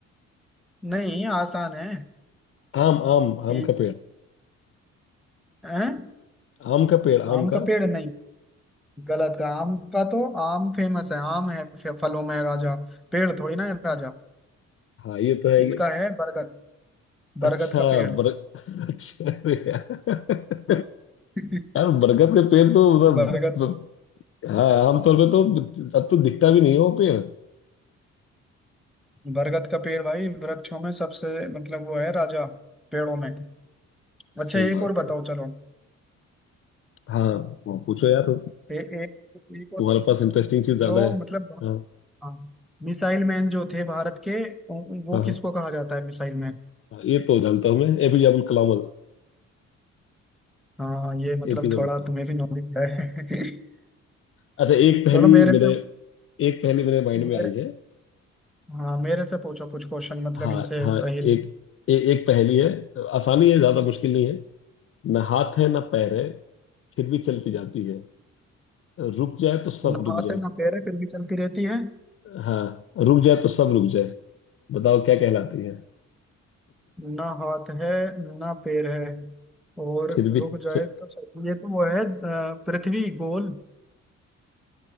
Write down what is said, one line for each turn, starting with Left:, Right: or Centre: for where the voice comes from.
Centre: नहीं आसान है
Left: आम आम
Centre: ए,
Left: आम का पेड़
Centre: हैं?
Left: आम का पेड़ आम
Centre: आम का
Left: का
Centre: पेड़ नहीं गलत है आम का तो आम फेमस है आम है फ- फलों में राजा पेड़ थोड़ी ना है राजा
Left: हाँ ये तो है
Centre: इसका
Left: ये
Centre: है बरगद बरगद
Left: अच्छा
Centre: का पेड़
Left: बर <laughs> अच्छा अरे यार <laughs>
Centre: <laughs>
Left: यार बरगद का पेड़ तो मतलब
Centre: बरगद
Left: मतलब, हाँ आमतौर पे तो अब तो दिखता भी नहीं है वो पेड़
Centre: बरगद का पेड़ भाई वृक्षों में सबसे मतलब वो है राजा पेड़ों में
Left: सही
Centre: अच्छा एक
Left: बात
Centre: और
Left: है
Centre: बताओ चलो
Left: हाँ वो पूछो यार
Centre: ए, एक एक और
Left: तुम्हारे
Centre: बताओ
Left: पास इंटरेस्टिंग चीज ज्यादा
Centre: जो
Left: है
Centre: मतलब
Left: हाँ
Centre: हाँ मिसाइल मैन जो थे भारत के उ- वो
Left: हाँ हाँ
Centre: किसको कहा जाता है मिसाइल मैन
Left: हाँ, ये तो जानता हूँ मैं एपीजे अब्दुल कलाम
Centre: हाँ ये मतलब
Left: एपीजे अब्दुल
Centre: थोड़ा
Left: कलाम
Centre: तुम्हें भी नॉलेज है <laughs>
Left: अच्छा एक पहेली
Centre: चलो मेरे
Left: मेरे
Centre: से
Left: एक पहेली मेरे माइंड
Centre: मेरे
Left: में आई है
Centre: हाँ मेरे से पूछो कुछ क्वेश्चन मतलब
Left: हाँ
Centre: इससे
Left: हाँ
Centre: पहले
Left: एक ए, एक पहेली है आसानी है ज्यादा मुश्किल नहीं है ना हाथ है ना पैर है फिर भी चलती जाती है रुक जाए तो सब
Centre: ना
Left: रुक
Centre: हाथ
Left: जाए
Centre: है ना पैर है फिर भी चलती रहती है
Left: हाँ रुक जाए तो सब रुक जाए बताओ क्या कहलाती है
Centre: ना हाथ है ना पैर है और
Left: फिर भी
Centre: रुक जाए
Left: च...
Centre: तो सब ये तो वो है अ, पृथ्वी गोल